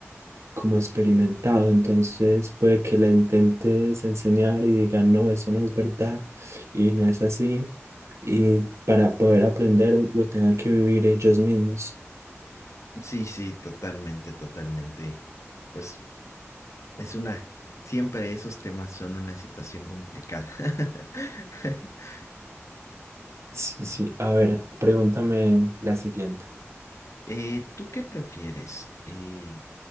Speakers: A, on the right (about 70°); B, on the left (about 80°).
A: como experimentado. Entonces puede que le intentes enseñar y digan, no, eso no es verdad y no es así. Y para poder aprender lo tengan que vivir ellos mismos.
B: Sí, sí, totalmente, totalmente. Pues es una, siempre esos temas son una situación complicada. <laughs>
A: Sí, sí. A ver, pregúntame la siguiente.
B: Eh, ¿tú qué prefieres? Eh,